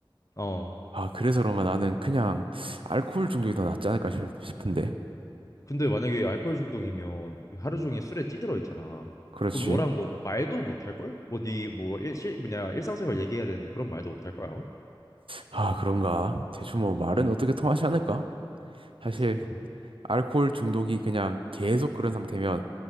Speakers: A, on the left; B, on the right.
A: 어.
B: 아, 그래서 그런가 나는 그냥 알코올 중독이 더 낫지 않을까 싶- 싶은데.
A: 근데 만약에 알코올 중독이면 하루 종일 술에 찌들어 있잖아.
B: 그렇지.
A: 그럼 너랑 뭐 말도 못 할 걸? 뭐 네 뭐일실 뭐냐 일상생활 얘기해야 되는데 그런 말도 못 할 거야. 아마?
B: 아, 그런가? 대충 뭐 말은
A: 음.
B: 어떻게 통하지 않을까? 사실
A: 아, 그래?
B: 알코올 중독이 그냥 계속 그런 상태면